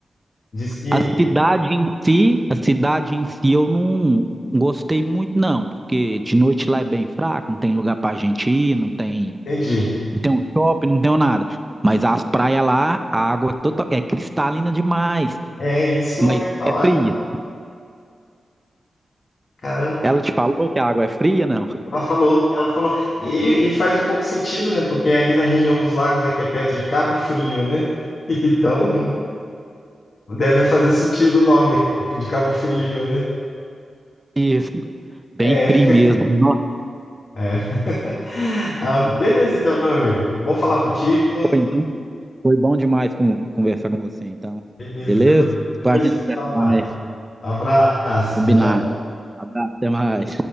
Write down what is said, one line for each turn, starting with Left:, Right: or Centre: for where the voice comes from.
Left: Diz que,
Right: A cidade em si, a cidade em si eu não gostei muito não, porque de noite lá é bem fraco, não tem lugar pra gente ir, não tem,
Left: entendi,
Right: não tem um shopping, não tem um nada. Mas as praias lá, a água é, total, é cristalina demais,
Left: é isso que
Right: mas
Left: eu ouvi falar.
Right: é fria.
Left: Caramba, que
Right: Ela te falou que a água é fria, não?
Left: ela falou, ela falou. E, e faz um pouco sentido, né? Porque é ali na região dos lagos, né? Que é perto de Cabo Frio, né? <laughs> Então, deve fazer sentido o nome de Cabo Frio, né?
Right: Isso, bem
Left: É.
Right: fria mesmo. Nossa,
Left: É. <laughs> Ah, beleza, então, meu amigo. Bom falar contigo.
Right: foi, então, foi bom demais con- conversar com você, então.
Left: Beleza,
Right: Beleza?
Left: depois,
Right: Depois
Left: depois
Right: a gente
Left: a gente
Right: conversa
Left: fala
Right: mais.
Left: mais. Abraço,
Right: Combinado.
Left: tchau, tchau.
Right: Abraço, até mais.